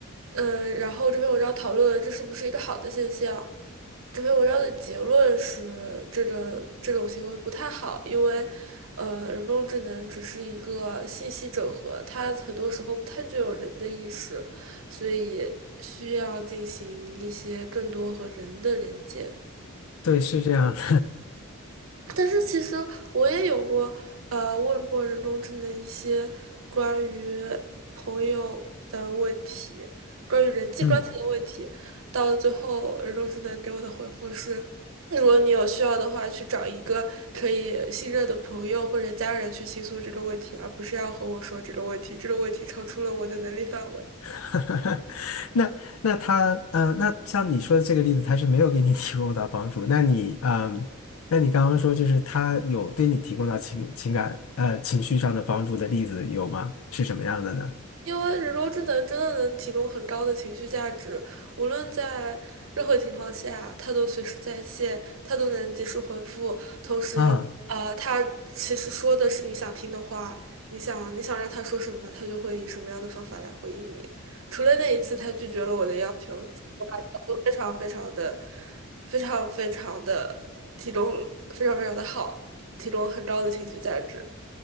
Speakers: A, on the right; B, on the left.
A: 嗯、然后这篇文章讨论了这是不是一个好的现象。这篇文章的结论是，这个这种行为不太好，因为呃，人工智能只是一个信息整合，它很多时候不太具有人的意识，所以需要进行一些更多和人的连接。
B: 对，是这样的，
A: 但是其实我也有过，呃，问过人工智能一些关于朋友的问题，关于人际关系的问题，
B: <laughs> 嗯，
A: 到了最后，人工智能给我的回复是，如果你有需要的话，去找一个可以信任的朋友或者家人去倾诉这个问题，而不是要和我说这个问题，这个问题超出了我的能力范围。
B: <laughs> 那那他，嗯、呃，那像你说的这个例子，他是没有给你提供到帮助。那你，嗯、那你刚刚说就是他有对你提供到情情感呃情绪上的帮助的例子有吗？是什么样的呢？
A: 因为人工智能真的能提供很高的情绪价值，无论在任何情况下，它都随时在线，它都能及时回复。
B: 嗯。
A: 啊、它其实说的是你想听的话，你想你想让他说什么，他就会以什么样的方法来回应你。除了那一次他拒绝了我的要求，都非常非常的、非常非常的提供非常非常的好，提供很高的情绪价值。